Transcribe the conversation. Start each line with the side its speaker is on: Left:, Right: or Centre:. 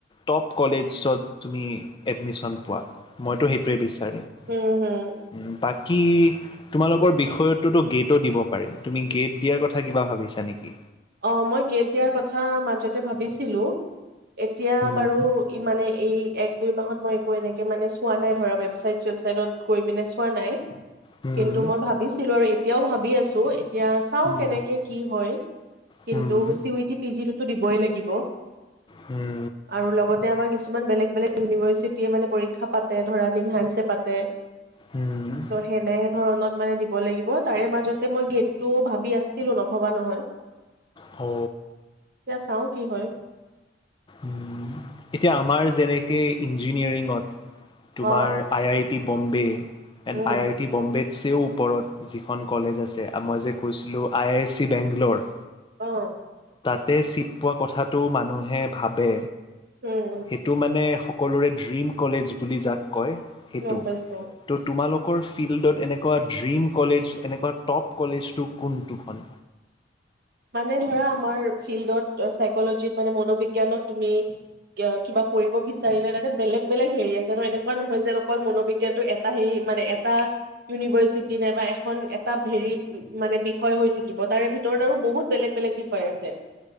Left: টপ কলেজত তুমি এডমিশন পোৱা মইতো সেইটোৱে বিচাৰিম
Right: উম হম
Left: তাক কি তোমালোকৰ বিষয়টোত গেটো দিব তুমি গেদ দিয়াৰ কথা কিবা ভাবিছা নেকি?
Right: অ মই গেট দিয়াৰ কথা মাজতে ভাবিছিলো এতিয়া
Left: হুম
Right: বাৰু ই মানে এই এক দুই মাহত মই একো এনেক ত মানে চোৱা নাই ধৰা ৱেবচাইট চেবচাইটত গৈ পিনে চোৱা নাই
Left: হুম
Right: কিন্তু মই ভাবিছিলো আৰুএ এতিয়াও ভাবি আছো এতিয়া চাও
Left: হুম
Right: কেনেকে কি হয় কিন্তু
Left: হুম
Right: চিইউতিতি যিটো টো দিবই লাগিব।
Left: হুম
Right: আৰু লগতে আমাৰ কিছুমান ইমান বেলেগ - বেলেগ ইউনিভাৰ্চিটিয়ে মানে পৰীক্ষা প পাতে ধৰা দিম হেন চে পাতে
Left: হুম
Right: ত', সেনে ধৰণত মানে দিব লাগিব। তাৰে মাজতে মই গেদটো ভাবি আছিলো নভবা নহয়।
Left: অ
Right: এতিয়া চাও কি হয়?
Left: উ এতিয়া আমাৰ যেনেকে ইঞ্জিনিয়াৰিঙত তোমাৰ
Right: অ
Left: আই - আই টি বম্বে এড
Right: উম
Left: আই আই টি বম্বে চিও ওপৰত যিখন কলেজ আছে। মই যে কৈছিলো আই আছ চি বেংলৰ
Right: অহ
Left: তাতে চিট পোৱা কথাটো মানুহে ভাবে
Right: উম, উম,
Left: সেইটো মানে স সকলোৰে ড্ৰিম কলেজ বুলি যাক কয়। সেইটো
Right: গম পাইছোঁ।
Left: ত তোমালোক ফিল্ডত এনেকুৱা ড্ৰীম কলেজ এনেকুৱা টপ কলেজটো কোনটো হয়?
Right: মানে ধৰা আমাৰ ফিল্ডত চাইকলজিত মানে মনোবিজ্ঞানত তুমি কিবা কৰিব বিচাৰিলা ত বেলেগ - বেলেগ হেৰি আছে ন', এনেকুৱা নহয় যে অকল মনোবিজ্ঞানটো এটা হে মানে এটা ইউনিভাৰ্চিটি নাইবা এখন এটা হেৰি মানে বিষয় হৈ থাকিব তাৰে ভিতৰত আৰু বহুত বেলেগ - বেলেগ বিষয় আছে।